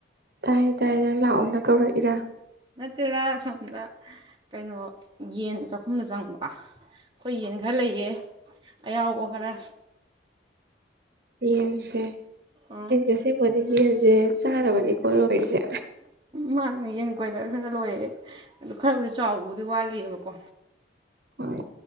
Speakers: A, on the right; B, on the right.
A: ꯇꯥꯏ ꯇꯥꯏ ꯅꯪ ꯂꯥꯛꯑꯣꯅ ꯀꯧꯔꯛꯏꯔꯥ
B: ꯇꯦꯔꯥ ꯁꯣꯝꯗ ꯀꯩꯅꯣ ꯌꯦꯟ ꯆꯥꯛꯈꯨꯝꯅ ꯆꯪꯉꯛꯄ ꯑꯩꯈꯣꯏ ꯌꯦꯟ ꯈꯔ ꯂꯩꯌꯦ ꯑꯌꯥꯎꯕ ꯈꯔ
A: ꯌꯦꯡꯁꯦ
B: ꯑꯥ
A: ꯑꯁꯦꯡꯕ ꯑꯗꯨꯝ ꯌꯦꯟꯖꯦ ꯆꯥꯅꯕꯅꯤꯀꯣ ꯂꯣꯏꯔꯤꯁꯦ
B: ꯃꯥꯅ ꯌꯦꯟ ꯀꯣꯏꯂꯔ ꯈꯒ ꯂꯣꯏꯔꯛꯑꯦ ꯑꯗꯨ ꯈꯔꯕꯨꯗꯤ ꯆꯥꯎꯕꯨꯗꯤ ꯋꯥꯠꯂꯤꯕꯀꯣ
A: ꯍꯣꯏ